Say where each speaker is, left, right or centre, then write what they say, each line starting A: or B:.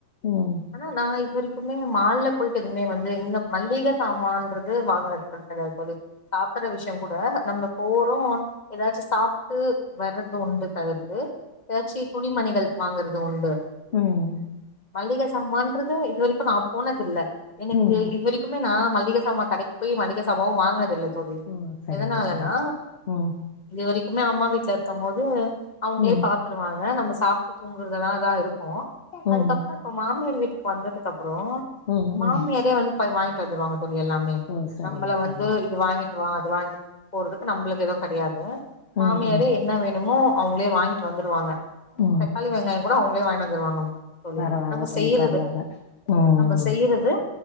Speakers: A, on the left; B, on the left.
A: ம்
B: ஆனா நான் இப்பவரை எவுமே மஹால் ல போயிட்டு எதுவுமே வந்து இந்த மல்லிகை சாமான்து வாங்கினதுக்கு சொல்லி சாப்பிட்ற விஷயம் கூட நம்ம போறோம் ஏதாச்சும் சாப்பிட்டு வர்றது உண்டு தவிர்த்து ஏதாச்சு துணிமணிகள் வாங்கறது உண்டு
A: உஹம்
B: மல்லிகை சமான்றது இது வரைக்கும் நான் போனது இல்லை எனக்கு
A: ம்
B: இதுவரைக்குமே நான் மளிகை சாமம் கடைக்கு போய் மளிகை சாமான் வாங்கினதில்ல்லை த்தடி
A: ஓ சரிங்க
B: எதனாலனா
A: சரிங்க ம்
B: இது வரைக் எப்போமே அம்மா வீட்ல இருக்கும் போது அவங்களே
A: ம்
B: பாத்துருவாங்க நம்ம அப் தூங்குறதெல்லாம் தான் இருக்கும்
A: ம்
B: அதுக்கப்புறம் இப்ப மாமியார் வீட்டுக்கு வந்ததுக்கு அப்புறம்
A: ம்
B: மாமியாரே
A: ம்
B: வந்து போய் வாங்கிட்டு வந்துடுவாங்க போ எல்லாமே
A: ஓ சரிங்க
B: நம்மளை
A: சரிங்க
B: வந்து இது வாங்கிட்டு வா அது வாங்கிட்டு போறதுக்கு நம்மளுக்கு எதுவும் கிடையாது மாமியாரே
A: ம் ம்
B: என்ன வேணுமோ அவங்களே வாங்கிட்டு வந்துடுவாங்க
A: ம்
B: தக்காளி வெங்காயம் கூட அவங்களே வாங்கினு வந்துருவாங்க ஆ சொல்லி
A: பரவால்ல
B: நம்ம
A: தோழி
B: செய்யறது
A: பரவால்ல ம்
B: நம்ம செய்யறது